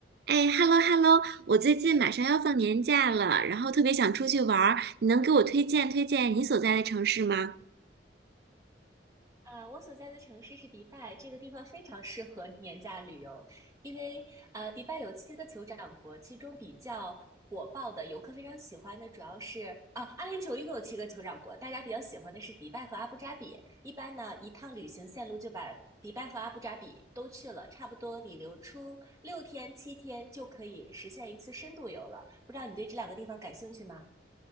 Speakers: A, on the right; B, on the right.
A: 哎，hello hello，我最近马上要放年假了，然后特别想出去玩儿，你能给我推荐推荐你所在的城市吗？
B: 呃，我所在的城市是迪拜，这个地方非常适合年假旅游，因为呃，迪拜有七个酋长国，其中比较火爆的游客非常喜欢的主要是啊，阿联酋一共有七个酋长国，大家比较喜欢的是迪拜和阿布扎比。一般呢，一趟旅行线路就把迪拜和阿布扎比都去了，差不多你留出六天七天就可以实现一次深度游了。不知道你对这两个地方感兴趣吗？